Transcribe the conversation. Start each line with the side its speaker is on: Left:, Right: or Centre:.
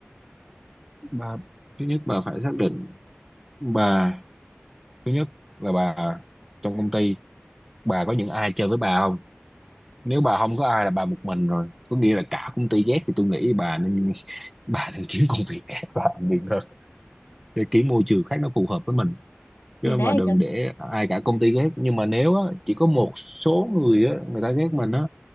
Centre: bà thứ nhất bà phải xác định bà thứ nhất là bà trong công ty bà có những ai chơi với bà không nếu bà không có ai là bà một mình rồi có nghĩa là cả công ty ghét thì tôi nghĩ bà nên <laughs> bà nên kiếm công việc khác và làm việc hơn để kiếm môi trường khác nó phù hợp với mình chứ
Left: thì đấy
Centre: mà đừng
Left: được
Centre: để ai cả công ty ghét nhưng mà nếu á, chỉ có một số người á, người ta ghét mình á